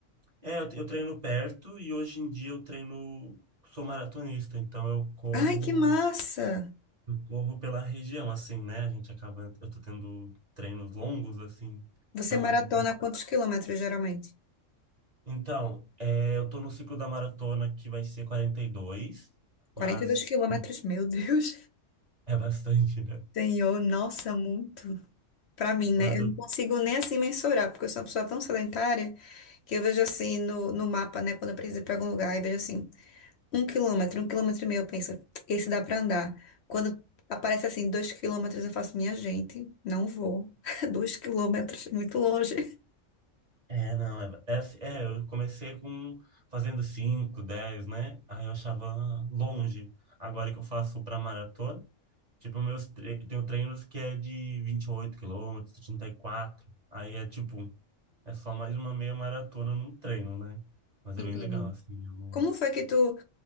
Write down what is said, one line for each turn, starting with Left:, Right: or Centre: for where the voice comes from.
Right: É, eu, eu treino perto e hoje em dia eu treino, sou maratonista, então eu corro,
Left: Ai, que massa!
Right: eu corro pela região, assim, né? A gente acaba, eu tô tendo treinos longos, assim.
Left: Você
Right: Então,
Left: maratona
Right: a gente, eu-
Left: quantos quilômetros, geralmente?
Right: então, é, eu tô no ciclo da maratona que vai ser 42, mas
Left: 42 quilômetros, meu Deus.
Right: é bastante,
Left: <laughs>
Right: né?
Left: Senhor, nossa, muito. Pra mim, né?
Right: Mas
Left: Eu
Right: eu
Left: não consigo nem assim mensurar, porque eu sou uma pessoa tão sedentária que eu vejo assim no, no mapa, né? Quando eu preciso ir pra algum lugar, eu vejo assim. Um quilômetro, um quilômetro e meio, eu penso, esse dá pra andar. Quando aparece assim, dois quilômetros, eu faço, minha gente, não vou. <laughs> Dois quilômetros, muito longe.
Right: É, não, é, é, assim- é, eu comecei com fazendo 5 10 né? Aí eu achava longe. Agora que eu faço pra maratona, tipo, meus tre eu tenho treinos que é de 28 quilômetros, trinta e quatro Aí é tipo, é só mais uma meia maratona num treino, né? Mas
Left: Entendi.
Right: é bem legal, assim. eu-
Left: Como foi que tu